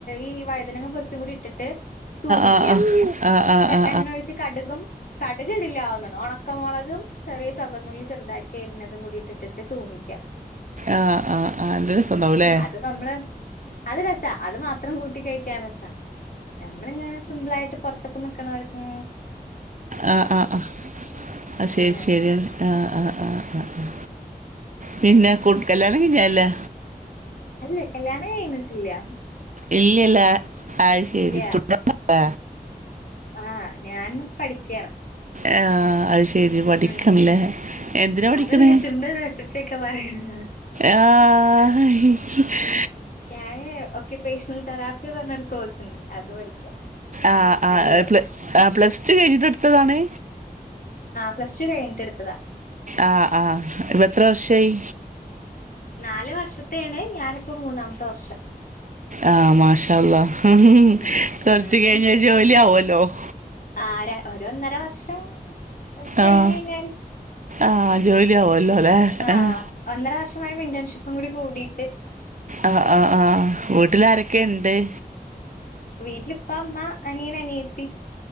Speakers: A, on the left (about 55°); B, on the right (about 50°).
A: ഈ വയുതനങ്ങ പൊരിച്ചത് കൂടിയിട്ടിട്ട് തൂമിക്ക
B: ആഹ് ആഹ് ആഹ്
A: ച
B: ആഹ് ആഹ് ആഹ് ആഹ് ആഹ്
A: എണ്ണ ഒഴിച്ച് കടുകും കടുകിടില്ലാന്ന് തോന്നുന്നു ഉണക്ക് ഉണക്കമുളകും ചെറിയ ചൊ വന്നുള്ളി ചെറുതാക്കിയരിഞ്ഞതും കൂടിയിട്ടിട്ട് തൂമിക്ക
B: ആ ആ ആ എന്ത സ്വന്തമാവൂലേ
A: അത് നമ്മള് അത് രസാ അത് മാത്രം കൂട്ടി കഴിക്കാൻ രസാ നമ്മളിങ്ങനെ സിംമ്പിളായിട്ട് പുറത് തൊക്കെ നിക്കണാരിക്കും
B: ആ ആ ആ ആ ശരി
A: അങ്ങനെ.
B: ശരി എന്ന ആ ആ ആ ആ ആ പിന്നെ കുടിക്കല്യാണം കഴിഞ്ഞതല്ലേ
A: അല്ലെ കല്യാണം കഴിഞ്ഞ് ഇല്യ
B: ഇല്യല്ല ആ ശരി
A: ഇല്ല.
B: സ്റ്റുഡ വ
A: ആ ഞാൻ പഠിക്കയാണ്
B: ആ അത് ശര് ശെരി പഠിക്കണല്ലേ
A: ഉം.
B: എന്തിനാ പഠിക്കണേ
A: അതല്ലേ സിമ്പിൾ റെസിപ്പിയൊക്കെ പറയണത്.
B: ആ <unintelligible>
A: ഞാന് ഒക്കെ പേർസണൽ കരാർ പറഞ്ഞൊരു കോഴ്സ്ണ്ട് അത് പഠിക്കാ
B: ആ ആ
A: അറിയോ?
B: പ് ആ പ്ലസ് ടു കഴഞ്ഞിട്ടെടുത്തതാണ്
A: പ്ലസ്ടു കഴിഞ്ഞിട്ടെടുത്തതാ
B: ആ ആ ഇപ്പ എത്ര വർഷായി
A: നാല് വർഷത്തേയാണ് ഞാനിപ്പ മൂന്നാമത്തെ വർഷം
B: ആ മാഷാ അല്ലാഹ്
A: വർഷം.
B: കുറച്ച് കഴിഞ്ഞ് ജോലി ആവുവല്ലോ ഹലോ
A: ആ ര ഒരു ഒന്നര വർഷം കയിഞ്ഞു
B: ആഹ്
A: ഞാൻ
B: ആഹ് ജോലി ആവുല്ലോ അല്ലെ
A: ആ
B: ആഹ്
A: ഒന്നര വർഷമായി ഇന്റേൺഷിപ് അപ്പം കൂടി കൂടിയിട്ട്-
B: ആ ആ ആ വീട്ടിലാരൊക്കെ ഇണ്ട്-
A: വീട്ടില് ഇപ്പ അമ്മ അനിയൻ അനിയത്തി-